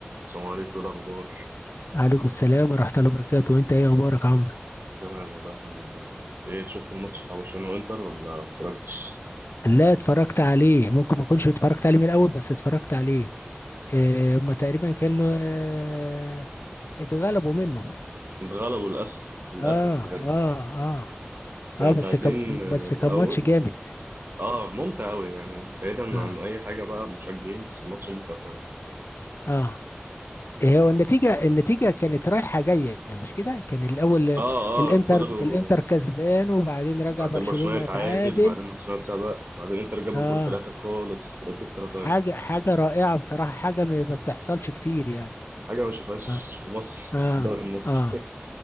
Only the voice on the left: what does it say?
عليكم السلام ورحمة الله وبركاته وانت ايه اخبارك عمرو
لا اتفرجت عليه ممكن ما اكونش اتفرجت عليه من الاول بس اتفرجت عليه اه هما تقريبا كانوا اه اتغلبوا منه
اه
اه اه
اه
بس كان
بس
كان ماتش جامد
اه
اه إيه هو النتيجة النتيجة كانت رايحة جاية مش كده كان الاول آه،
الانتر
الانتر كسبان وبعدين رجع
برشلونة
تعادل
اه
حاجة حاجة رائعة بصراحة حاجة ما ما بتحصلش كتير يعني
آه.
اه
اه